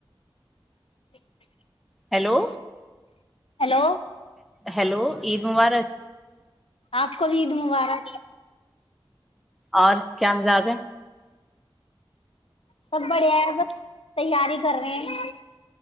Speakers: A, on the left; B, in the centre.
A: <inaudible>
B: Hello
A: hello
B: hello Eid مبارک
A: آپ کو بھی عید مبارک
B: اور کیا مزاج ہے
A: سب بڑھیا ہے بس تیاری کر رہے ہیں